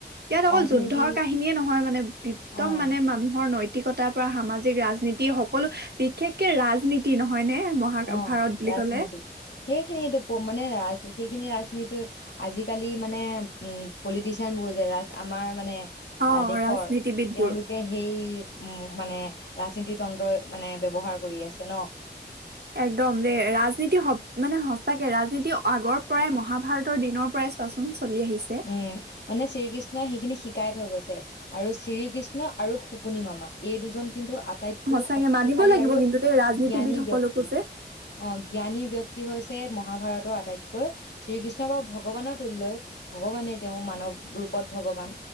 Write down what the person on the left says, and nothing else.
ৰাজনীতি
অ
অ
ৰাজনীতি
সেইখিনিটো মানে ৰাজনীতি সেইখিনি যিতু আজিকালি মানে উ পলিটিচিয়ানবোৰ যে ৰাজ আমাৰ মানে আহ
দেশৰ
তেওঁলোকে সেই উ মানে ৰাজনীতি তন্ত্ৰই মানে ব্যৱহাৰ কৰি আছে ন
উম মানে শ্ৰীকৃষ্ণই সেইখিনি শিকাই থৈ গৈছে আৰু শ্ৰীকৃষ্ণ আৰু শুকুনি মামা এই দুজন কিন্তু আটাইতকৈ
শক্তিশালী
আৰু
জ্ঞানী
ব্যক্তি
অ জ্ঞানী ব্যক্তি হৈছে মহাভাৰত আটাইতকৈ শ্ৰীকৃষ্ণ বা ভগৱানৰ তুল্য ভগৱানে তেওঁ মানৱ ৰূপত ভগৱান